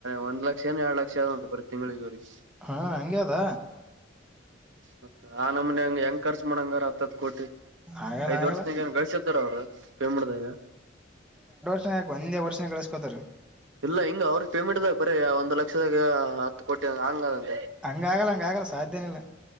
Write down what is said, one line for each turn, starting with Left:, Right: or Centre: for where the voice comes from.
Right: ಒಂದ ಲಕ್ ಕ್ಷ ಯಾಳ ಕ್ಷ ಅದ ತಿಂಗಳಿಗ ಅವ್ರಿಗ
Centre: ಹಾ ಹಂಗೆ ಅದ
Right: ಮತ್ತ ಆ ನಮನೀ ಹೆಂಗ ಹೆಂಗ್ ಕರ್ಚ್ ಮಾಡಂಗಾರ ಆತ್ತದ ಕೋಟಿ
Centre: ಆಗಲ್ಲ
Right: ಐದ
Centre: ಆಗಲ್ಲ
Right: ವರ್ಷದ ಏನ್ ಗಳಿಸತ್ತಾರ ಅವರ ಪೇ ಮಾಡ್ದಾಗ
Centre: ಟ ಯಾಕ ಒಂದೇ ವರ್ಷನ್ಯಾಗ ಗಳಸ್ಕೋತಾರ.
Right: ಇಲ್ಲ ಹಿಂಗ ಅವ್ರಗ ಪೇಮೆಂಟ್ದಾಗ ಬರಿ ಒಂದ ಲಕ್ಷದಾಗ ಹತ್ತು ಕೋಟಿ ಹಂಗ ಅದ
Centre: ಹಂಗ ಆಗಲ್ಲ ಹಂಗ ಆಗಲ್ಲ ಸಾಧ್ಯನ ಇಲ್ಲ.